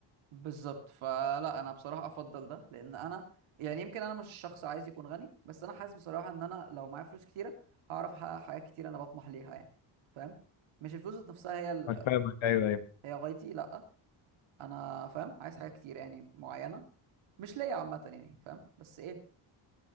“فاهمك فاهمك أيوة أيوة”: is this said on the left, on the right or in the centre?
Left